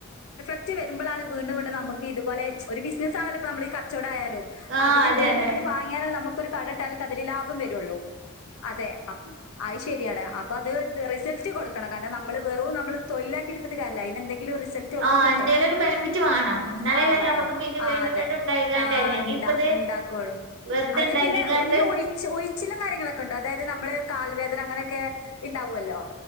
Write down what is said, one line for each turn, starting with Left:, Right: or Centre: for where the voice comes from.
Left: റ്റ് വരുമ്പളാണ് വീണ്ടും വീണ്ടും നമ്മക്ക് ഇതുപോലെ ഒരു ബിസിനസ് ആണല്ലോ ഇപ്പ നമ്മള് ഈ കച്ചോടായാലും
Right: ആഹ്
Left: അതില്
Right: അതെ
Left: വീണ്ടും
Right: അതെ
Left: വീണ്ടും വാങ്ങിയാണാല് നമ്മക്കൊരു കട ഇട്ടാല് ഒക്കെ അതില് ലാഭം വ- രുള്ളു അതെ അഹ് ശരിയാണ് അപ്പൊ അത് റിസൾട്ട് കൊടു കാരണം നമ്മള് വെറും നമ്മള് തൊഴിലാക്കി എടുത്തിട്ട് കാര്യല്ല അയിനെന്തെങ്കിലും റിസൾട്ട് ഓൾ
Right: ആഹ്
Left: ക്ക് കിട്ടണം
Right: എന്തേലും ഒരു ബെനിഫിറ്റ് വേണം എന്നാലല്ലേ
Left: ആഹ് വേണം
Right: ഞമ്മക്ക് പിന്നെ
Left: ആഹ്
Right: വീണ്ടും
Left: അതെ
Right: വീണ്ടും ഇണ്ടായിക്കാണ്ട്
Left: ആഹ്
Right: അല്ലെങ്കി
Left: ഇണ്ട
Right: ഇപ്പത്
Left: ഇണ്ടാക്കോളൂ
Right: വെറുതെ
Left: അത്
Right: ഇണ്ടാക്കിക്കാണ്ട്
Left: പിന്നെ <unintelligible> ഉഴിച്ചിലും കാര്യങ്ങളൊക്കെ ഉണ്ടാ അതായത് നമ്മള് കാല് വേദന അങ്ങനേക്കെ ഇണ്ടാവുവല്ലൊ